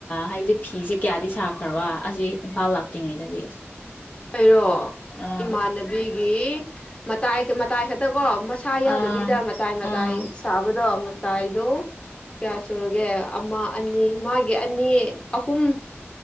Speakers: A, on the left; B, on the left.
A: ꯍꯥꯏꯕꯗꯤ ꯐꯤꯁꯦ ꯀꯌꯥꯗꯤ ꯁꯥꯈ꯭ꯔꯕ ꯑꯁꯤ ꯏꯝꯐꯥꯜ ꯂꯥꯛꯇ꯭ꯔꯤꯉꯩꯗꯗꯤ
B: ꯑꯩꯔꯣ
A: ꯑꯥ
B: ꯏꯃꯥꯟꯅꯕꯤꯒꯤ ꯃꯇꯥꯏ ꯃꯇꯥꯏ ꯈꯛꯇ ꯀꯣ ꯁꯥ ꯌꯥꯎꯗꯕꯤꯗ
A: ꯑꯥ
B: ꯃꯇꯥꯏ ꯃꯇꯥꯏ ꯁꯥꯕꯗꯣ ꯃꯇꯥꯏꯗꯣ ꯀꯌꯥ ꯁꯨꯔꯒꯦ ꯑꯃ ꯑꯅꯤ ꯃꯥꯒꯤ ꯑꯅꯤ ꯑꯍꯨꯝ